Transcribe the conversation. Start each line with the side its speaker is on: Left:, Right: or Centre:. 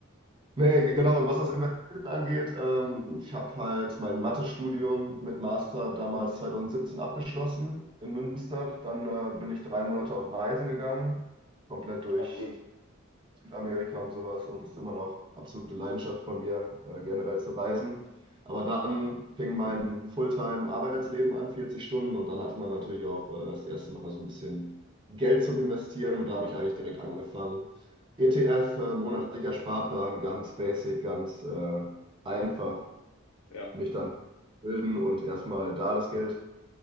Right: Nee,
Left: Bestimmt.
Right: genau. Und was das Investieren angeht, ähm, ich habe halt mein Mathestudium mit Master damals 2017 abgeschlossen in Münster. Dann äh, bin ich drei Monate auf Reisen gegangen, komplett durch
Left: Ach, cool,
Right: Südamerika und sowas und es ist immer noch absolute Leidenschaft von mir, äh, generell zu reisen. Aber dann fing mein Fulltime-Arbeitsleben an, 40 Stunden, und dann hatte man natürlich auch äh, das erste Mal so ein bisschen Geld zum Investieren und da habe ich eigentlich direkt angefangen. ETF, äh, monatlicher Sparplan, ganz basic, ganz äh, einfach
Left: ja,
Right: mich dann bilden und erstmal da das Geld